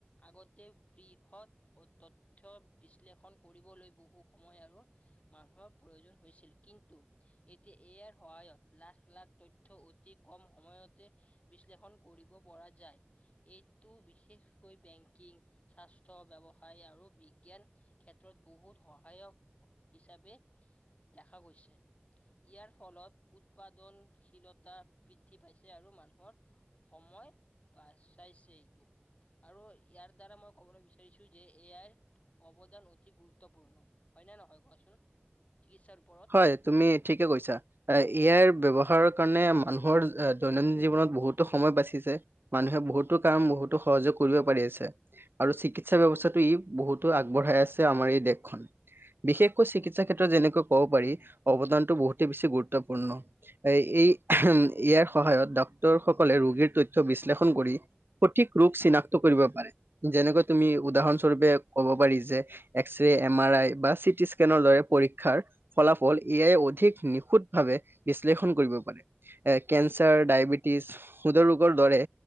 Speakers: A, on the left; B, on the right.
A: আগতে বৃ হত তথ্য বিশ্লেষণ কৰিবলৈ বহু সময় আৰু মানুহৰ প্ৰয়োজন হৈছিল। কিন্তু এতিয়া এ আইৰ সহায়ত লাখ লাখ তথ্য অতি কম সময়তে বিশ্লেষণ কৰিব পৰা যায়, এইটো বিশেষকৈ বেংকিং স্বাস্থ্য, ব্যৱসায় আৰু বিজ্ঞান ক্ষেত্ৰত বহুত সহায়ক হিচাপে দেখা গৈছে। ইয়াৰ ফলত উৎপাদনশীলতা বৃদ্ধি পাইছে আৰু মানুহৰ সময় বাচাইছে এইটো আৰু ইয়াৰ দ্বাৰা মই ক'বলৈ বিচাৰি ৰিচো যে এ আই ৰ অৱদান অতি গুৰুত্বপূৰ্ণ। হয়নে নহয় কোৱাচোন? চিকিৎসাৰ ওপৰত।
B: হয়, তুমি ঠিকেই কৈছা। এ আইৰ ব্যয়ৱহাৰৰ কাৰণে মানুহৰ দৈনন্দিন জীৱনত বহুতো সময় বাছি যায়। মানুহে বহুতো কাম বহুতো সহজে কৰিব পাৰি আছে। আৰু চিকিৎসা ব্যৱস্থাটো ই বহুতো আগবঢ়াই আছে আমাৰ এই দেশখন। বিশেষকৈ চিকিৎসা ক্ষেত্ৰত যেনেকৈ ক'ব পাৰি অৱদানটো বহুতেই বেছি গুৰুত্বপূৰ্ণ। এ এই ইয়াৰ সহায়ত ডাক্তৰ সকলে ৰোগীৰ তথ্য বিশ্লেষণ কৰি সঠিক ৰোগ চিনাক্ত কৰিব পাৰে, যেনেকৈ তুমি উদাহৰণস্বৰূপে ক'ব পাৰি যে X ray, M R I বা চিটিস্কেনৰ দৰে পৰীক্ষাৰ ফলাফল এ আই অধিক নিখুঁত ভাৱে বিশ্লেষণ কৰিব পাৰে। এ কেঞ্চাৰ, ডায়বেটিছ, হৃদৰোগৰ দৰে